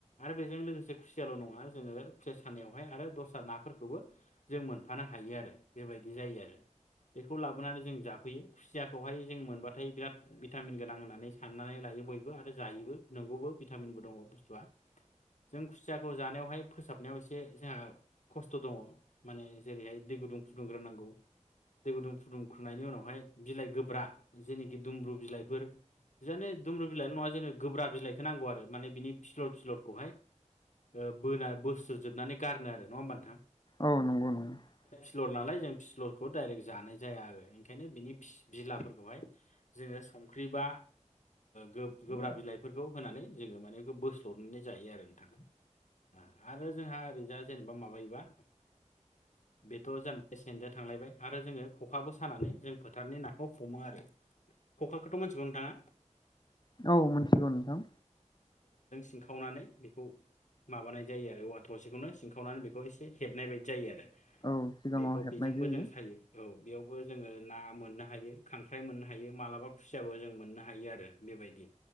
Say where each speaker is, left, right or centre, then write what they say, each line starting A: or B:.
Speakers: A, on the left; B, on the left.
A: आरो बेजों लोगोसे खुसिया खुसियाल' नङा जोङो खुसिया सानायावहाय आरो दस्रा नाफोरखौबो जों मोनफानो हायो आरो बेबायदि जायो आरो बेखौ लाबोनानै जों जाफैयो खुसियाखौहाय जों मोनबाथाय बिराद भिटामिन गोनां होननानै साननानै लायो बयबो आरो जायोबो नंगौबो भिटामिनबो दङ बुस्थुआ जों खु खुसियाखौ जानायावहाय फोसाबनायाव एसे जोंहा खस्थ' दङ माने जेरैहाय दै गुदुं फुदुंग्रोनांगौ दै गुदुं फुदुंग्रोनायनि उनावहाय बिलाइ गोब्रा जेनेखि दुमब्रु बिलाइफोर बिनो दुमब्रु बिलाइल' नङा जोंनो गोब्रा बिलाइखौ नांगौ आरो माने बिनि फिसलर फिसलरखौहाय ओ बोना बोस्रोद जोबनानै गारनो आरो नङा होमबा नोंथां
B: औ नंगौ नंगौ
A: <unintelligible> फिसलर नालाय जों फिसलरखौ डाइरेक्ट जानाय जाया आरो ओंखायनो फि बिनि बिलाफोरखौहाय जोङो संख्रि बा गोब्राब बिलाइफोरखौ होनानै जोङो माने बेखौ बोस्लरनानै जायो आरो नोंथां ओ आरो जोंहा ओरैजा जेनेबा माबायोबा बेथ' जेनेबा सेनजों थांलायबाय आरो जोङो खखाबो सानानै जों फोथारनि नाखौ हमो आरो खखाखौथ' मोनथिगौ नोंथाङा
B: औ मोनथिगौ नोंथां
A: सिंखावनानै बेखौ माबानाय जायो आरो औवा थसेखौनो सिंखावनानै बेखौ एसे हेबनायबायदि जायो आरो
B: औ सिगाङाव
A: बेखौ
B: हेबनाय
A: बिजोंबो
B: जायो
A: जों सायो औ बेयावबो जोङो ना मोननो हायो खांख्राइ मोननो हायो मालाबा खुसियाबो जों मोननो आरो बेबायदि